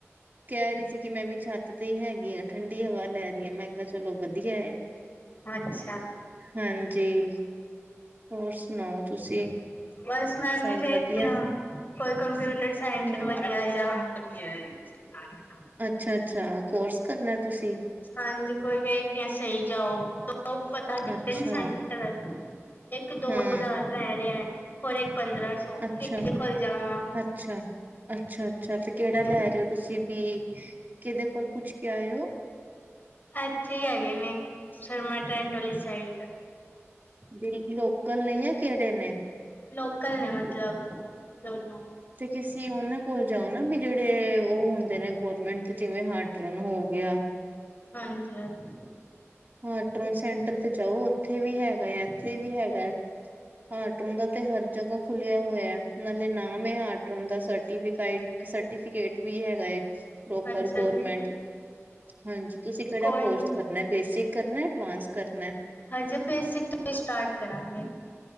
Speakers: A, on the right; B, on the left.
A: ਕਹਿ ਕ ਰਹੀ ਸੀ ਕਿ ਮੈਂ ਵੀ ਛੱਤ ਤੇ ਹੈਗੀ ਹਾਂ ਠੰਢੀ ਹਵਾ ਲੈ ਰਹੀ ਹਾਂ ਮੈਂ ਕਿਹਾ ਚਲੋ ਵਧੀਆ ਹੈ।
B: ਅੱਛਾ।
A: ਹਾਂਜੀ। ਹੋਰ ਸੁਣਾਓ ਤੁਸੀਂ?
B: ਬਸ ਮੈਂ
A: ਸਭ
B: ਵੀ ਵੇਖਦੀ
A: ਵਧੀਆ
B: ਹਾਂ। ਕੋਈ ਕੰਪਿਊਟਰ ਸਾਇੰਸ
A: ਹੂੰ।
B: ਵ ਹ ਕੀ ਹੈਕਾਰ <unintelligible>
A: ਅੱਛਾ- ਅੱਛਾ ਕੋਰਸ ਕਰਨਾ ਏ ਤੁਸੀਂ?
B: ਹਾਂਜੀ ਕੋਈ ਵੇਖ ਰਿਹਾ ਸਹੀ ਜੇਹਾ ਹੋਓ। ਪਤਾ ਕੀਤੇ
A: ਅੱਛਾ
B: ਸੈਂਟਰ ਇੱਕ, ਦੋ
A: ਹਾਂ
B: ਹਜ਼ਾਰ ਦਾ ਹੈ। ਹੋਰ ਇੱਕ ਪੰਦਰਾਂ ਸੌ,
A: ਅੱਛਾ
B: ਕਿਦੇ ਕੋਲ ਜਾਵਾਂ?
A: ਅੱਛਾ, ਅੱਛਾ- ਅੱਛਾ ਤੇ ਕਿਹੜਾ
B: ਹਾਂਜੀ।
A: ਲੈ ਰਹੇ ਹੋ ਤੁਸੀਂ ਵੀ। ਕਿਹਦੇ ਕੋਲ ਪੁੱਛ ਕੇ ਆਏ ਹੋ?
B: ਇੱਥੇ ਹੀ ਹੈਗੇ ਨੇ ਸ਼ਰਮਾ ਟੈਂਟ ਵਾਲੀ ਸਾਈਡ
A: ਬ ਲੋਕਲ ਨੀ ਹੈ, ਕਿਹੜੇ ਨੇ?
B: ਲੋਕਲ ਨੇ ਮਤਲਬ। ਦੌਨੋ।
A: ਤੇ ਕਿਸੀ ਉਹਨਾਂ ਕੋਲ ਜਾਓ ਨਾ ਵੀ ਜਿਹੜੇ ਉਹ ਹੁੰਦੇ ਨੇ ਗੋਰਮੈਂਟ ਦੇ ਜਿਵੇਂ ਹਾਰਟ ਰੋਨ ਹੋ ਗਿਆ।
B: ਹਾਂਜੀ-ਹਾਂਜੀ।
A: ਹਾਂ ਟੋਨ ਸੈਂਟਰ ਤੇ ਜਾਓ ਉੱਥੇ ਵੀ ਹੈਗਾ ਆ ਇੱਥੇ ਵੀ ਹੈਗਾ ਐ। ਹਟੋਨ ਦਾ ਤੇ ਹਰ ਜਗੂ ਖੁੱਲਿਆ ਹੋਇਆ ਐ, ਨਾਲੇ ਨਾਮ ਹੈ ਆਟੋਨ ਦਾ ਸਰਟੀਫ, ਸਰਟੀ- ਫਿਕੇਟ ਵੀ ਹੈਗਾ ਐ, ਪ੍ਰੋਪਰ
B: ਅੱਛਾ
A: ਗੋਰਮੈਂਟ।
B: ਜੀ
A: ਹਾਂਜੀ ਤੁਸੀਂ ਕਿਹੜਾ
B: ਕੋਈ
A: ਕੋਰਸ
B: ਨੀ
A: ਕਰਨਾ ਏ, ਬੇਸਿਕ ਕਰਨਾ ਐਡਵਾਂਸ ਕਰਨਾ ਐ?
B: ਹ ਜੇ ਬੇਸਿਕ ਤੋਂ ਹੀ ਸਟਾਰਟ ਕਰਾਂਗੇ।